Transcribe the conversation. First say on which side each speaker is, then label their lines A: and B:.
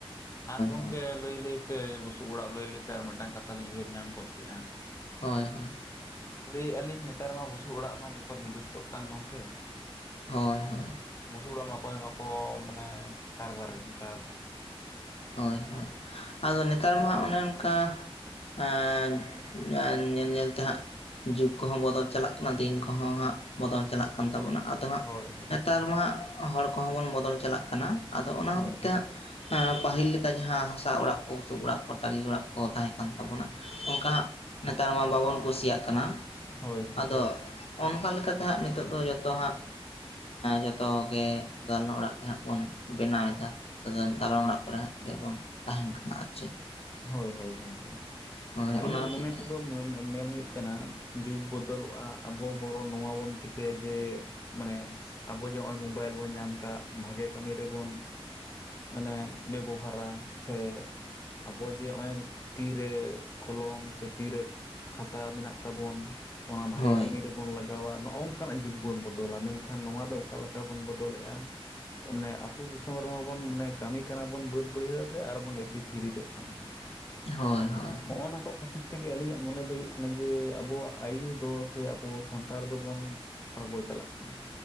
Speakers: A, on the left; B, on the left.
A: ᱟᱨ ᱜᱚᱢᱠᱮ
B: ᱦᱳᱭ
A: ᱞᱟᱹᱭ ᱞᱟᱹᱭ ᱛᱮ ᱵᱩᱥᱩᱵ ᱚᱲᱟᱜ ᱞᱟᱹᱭ ᱞᱟᱹᱭᱛᱮ ᱟᱨ ᱢᱤᱫᱴᱟᱝ ᱠᱟᱛᱷᱟ ᱞᱤᱧ ᱩᱭᱦᱟᱹᱨ ᱧᱟᱢ ᱜᱚᱫ ᱠᱮᱫᱼᱟ᱾
B: ᱦᱳᱭ ᱦᱳᱭ᱾
A: ᱞᱟᱹᱭ ᱟᱹᱞᱤᱧ ᱱᱮᱛᱟᱨ ᱢᱟ ᱵᱩᱥᱩᱵ ᱚᱲᱟᱜ ᱢᱟ ᱡᱚᱛᱚ ᱵᱤᱞᱩᱯᱛᱚᱜ ᱠᱟᱱ ᱜᱚᱢᱠᱮ᱾
B: ᱦᱳᱭ ᱦᱳᱭ᱾
A: ᱵᱩᱥᱩᱜ ᱩᱲᱟᱜ ᱢᱟ ᱚᱠᱚᱭ ᱦᱚᱸ ᱵᱟᱠᱚ ᱢᱟᱱᱮ ᱠᱟᱨᱵᱟᱨᱮᱜ ᱱᱮᱛᱟᱨ ᱫᱚ᱾
B: ᱦᱳᱭ ᱦᱳᱭ, ᱟᱫᱚ ᱱᱮᱛᱟᱨ ᱢᱟ ᱦᱟᱸᱜ ᱚᱱᱮ ᱚᱱᱠᱟ ᱮᱸ, ᱧᱟᱜ ᱧᱮᱞ ᱧᱮᱞ ᱛᱮ ᱦᱟᱸᱜ ᱡᱩᱜᱽ ᱠᱚᱦᱚᱸ ᱵᱚᱫᱚᱞ ᱪᱟᱞᱟᱜ ᱠᱟᱱᱟ, ᱫᱤᱱ ᱠᱚᱦᱚᱸ ᱦᱟᱸᱜ ᱵᱚᱫᱚᱞ ᱪᱟᱞᱟᱜ ᱠᱟᱱ ᱛᱟᱵᱚᱱᱟ᱾ ᱟᱫᱚ ᱦᱟᱸᱜ
A: ᱦᱳᱭ ᱦᱳᱭ
B: ᱱᱮᱛᱟᱨ ᱢᱟ ᱦᱟᱜ ᱦᱚᱲ ᱠᱚᱦᱚᱸ ᱵᱚᱱ ᱵᱚᱫᱚᱞ ᱪᱟᱞᱟᱜ ᱠᱟᱱᱟ᱾ ᱟᱫᱚ ᱚᱱᱟ
A: ᱦᱳᱭ
B: ᱦᱚᱛ ᱛᱮ ᱦᱟᱸᱜ ᱦᱮᱸ ᱯᱟᱹᱦᱤᱞ ᱞᱮᱠᱟ ᱡᱟᱦᱟᱸ ᱦᱟᱥᱟ ᱚᱲᱟᱜ ᱠᱚ, ᱵᱩᱥᱩᱵ ᱚᱲᱟᱜ ᱠᱚ ᱴᱟᱹᱞᱤ ᱚᱲᱟᱜ ᱠᱚ ᱛᱟᱦᱮᱸ ᱠᱟᱱ ᱛᱟᱵᱚᱱᱟ᱾ ᱚᱱᱠᱟ ᱦᱟᱸᱜ ᱱᱮᱛᱟᱨ ᱢᱟ ᱵᱟᱵᱚᱱ ᱠᱩᱥᱤᱭᱟᱜ ᱠᱟᱱᱟ᱾
A: ᱦᱳᱭ
B: ᱟᱫᱚ ᱚᱱᱠᱟ ᱞᱮᱠᱟᱛᱮ ᱦᱟᱸᱜ ᱱᱤᱛᱚᱜ ᱫᱚ ᱡᱚᱛᱚ ᱦᱟᱜ ᱡᱚᱛᱚ ᱜᱮ ᱫᱟᱞᱟᱱ ᱚᱲᱟᱜ ᱜᱮ ᱦᱟᱸᱜ ᱵᱚᱱ ᱵᱮᱱᱟᱣ ᱮᱫᱟ ᱫᱟᱞᱟᱱ ᱚᱲᱟᱜ ᱚᱲᱟᱜ ᱨᱮᱜᱮ ᱵᱚᱱ ᱛᱟᱦᱮᱱ ᱠᱟᱱᱟ ᱟᱨ ᱪᱮᱫ
A: ᱦᱳᱭ ᱦᱳᱭ ᱜᱚᱝᱠᱮ
B: ᱦᱳᱭ
A: ᱟᱹᱞᱤᱧᱟᱜ
B: ᱚᱱᱟ ᱦᱚᱛᱮᱡ
A: ᱢᱚᱱᱮ
B: ᱛᱮ
A: ᱛᱮᱫᱚ ᱢᱚᱱ ᱢᱮᱱ ᱦᱩᱭᱩᱜ ᱠᱟᱱᱟ ᱡᱩᱜᱽ ᱵᱚᱫᱚᱞᱚᱜᱼᱟ ᱟᱵᱚ ᱵᱚᱨᱚ ᱱᱚᱣᱟ ᱵᱚᱱ ᱪᱤᱠᱟᱹᱭᱟ ᱡᱮ ᱢᱟᱱᱮ ᱟᱵᱚ ᱡᱮ ᱦᱚᱸᱚᱭ ᱢᱳᱵᱟᱭᱤᱞ ᱵᱚᱱ ᱧᱟᱢ ᱟᱠᱟᱫ ᱵᱷᱟᱜᱮ ᱠᱟᱹᱢᱤ ᱨᱮᱵᱚᱱ ᱢᱟᱱᱮ ᱵᱮᱵᱚᱦᱟᱨᱟ ᱥᱮ ᱟᱵᱚ ᱡᱮ ᱚᱸᱭ ᱛᱤᱨᱮ ᱠᱚᱞᱚᱢ ᱥᱮ ᱛᱤᱨᱮ ᱠᱷᱟᱛᱟ ᱢᱮᱱᱟᱜ ᱛᱟᱵᱚᱱ ᱚᱱᱟ ᱵᱷᱟᱜᱮ
B: ᱦᱳᱭ
A: ᱠᱟᱹᱢᱤ ᱨᱮᱵ ᱵᱚᱱ ᱞᱟᱜᱟᱣᱟ ᱱᱚᱜᱼᱚ ᱱᱚᱝᱠᱟᱱᱟᱜ ᱡᱩᱜᱽ ᱵᱚᱱ ᱵᱚᱫᱚᱞᱟ ᱢᱮᱱᱠᱷᱟᱱ ᱱᱚᱣᱟ ᱫᱚ ᱚᱠᱟ ᱞᱮᱠᱟ ᱵᱚᱱ ᱵᱚᱫᱚᱞᱮᱜᱼᱟ ᱢᱮ ᱟᱹᱛᱩ ᱫᱤᱥᱚᱢ ᱨᱮᱦᱚᱸ ᱵᱚᱱ ᱢᱚᱱᱮ ᱠᱟᱹᱢᱤ ᱠᱟᱱᱟ ᱵᱚᱱ ᱵᱟᱹᱫ ᱵᱟᱹᱭᱦᱟᱹᱲ ᱨᱮ ᱟᱨ ᱵᱚᱱ ᱮᱥᱤ ᱯᱷᱤᱨᱤᱡᱚᱜ ᱠᱟᱱᱟ
B: ᱦᱳᱭ ᱦᱳᱭ
A: ᱦᱚᱜᱼ ᱱᱟ ᱠᱚ ᱠᱷᱟᱹᱛᱤᱨ ᱛᱮᱜᱮ ᱟᱹᱞᱤᱧᱟᱜ ᱢᱚᱱᱮ ᱫᱚ ᱦᱩᱭᱩᱜ ᱠᱟᱱᱟ ᱡᱮ ᱟᱵᱚᱣᱟᱜ ᱟᱭᱩ ᱫᱚ ᱥᱮ ᱟᱵᱚ ᱥᱟᱱᱛᱟᱲ ᱫᱚᱵᱚᱱ ᱟᱸᱲᱜᱚ ᱪᱟᱞᱟᱜ ᱠᱟᱱᱟ